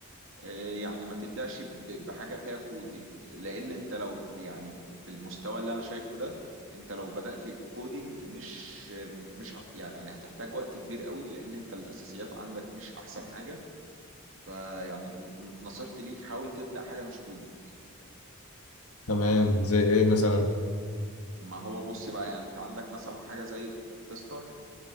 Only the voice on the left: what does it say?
تمام زي ايه مثلا